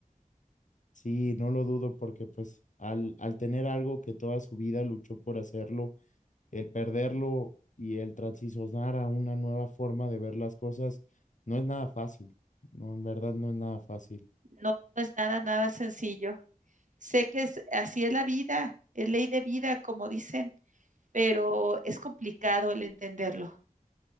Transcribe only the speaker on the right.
no no es nada, nada sencillo. Sé que es, así es la vida, es ley de vida, como dicen, pero es complicado el entenderlo.